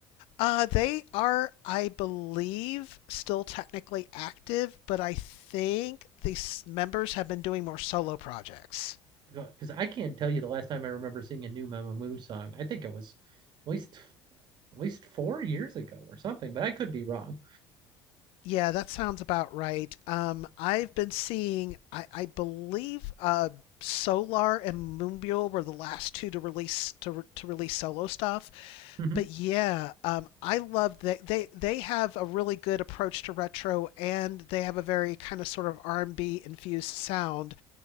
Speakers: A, on the left; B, on the right.
A: Uh, they are, I believe, still technically active, but I think the members have been doing more solo projects.
B: Because I can't tell you the last time I remember seeing a new Mama Moo song. I think it was at least at least four years ago or something, but I could be wrong.
A: Yeah, that sounds about right. Um, I've been seeing, I, I believe, uh, Solar and Moonbull were the last two to release to, re- to release solo stuff.
B: <laughs>
A: But yeah, um, I love that they they have a really good approach to retro, and they have a very kind of sort of R&B infused sound